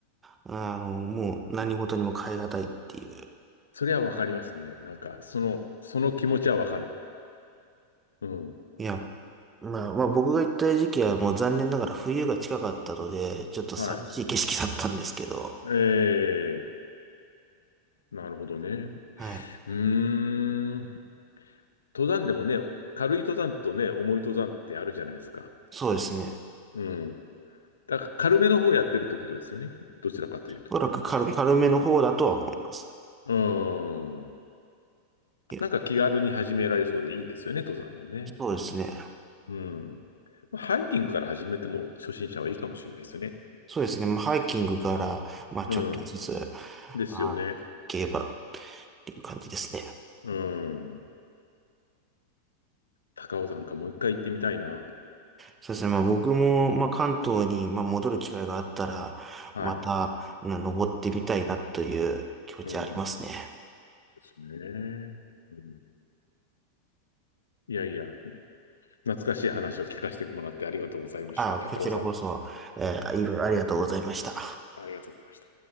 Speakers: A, on the right; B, on the left.
A: あの、もう何事にも代え難いっていう。
B: それはわかりますね。なんか、その、その気持ちはわかる。うん。
A: いや、まあ、まあ僕が行った時期はもう残念ながら冬が近かったので、ちょっと寂しい景色だったんですけど、
B: はい。ええ、なるほどね。
A: はい。
B: うーん。登山でもね、軽い登山とね、重い登山ってあるじゃないですか。
A: そうですね。
B: うん。だから軽めの方やってるってことですよね。どちらかというと。
A: おそらく軽、軽めの方だとは思います。
B: うーん。
A: いや、
B: なんか気軽に始められそうでいいですよね、登山もね。
A: そうですね。
B: うん。まあハイキングから始めても初心者はいいかもしれないですよね。
A: そうですね。まあ、ハイキングから、まあちょっとずつ、
B: うん。ですよね。
A: まあ、競馬っていう感じですね。
B: うん。高尾山かもう一回行ってみたいな。
A: そうですね。まあ僕も、まあ関東に、まあ戻る機会があったら、
B: はい。
A: また、まあ登ってみたいなという気持ちはありますね。
B: うん。ですね。うんいやいや、懐かしい話を聞かせてもらってありがとうございました。
A: ああ、
B: 高尾山、
A: こちらこそ、えーいろいろありがとうございました。
B: ありがとうございました。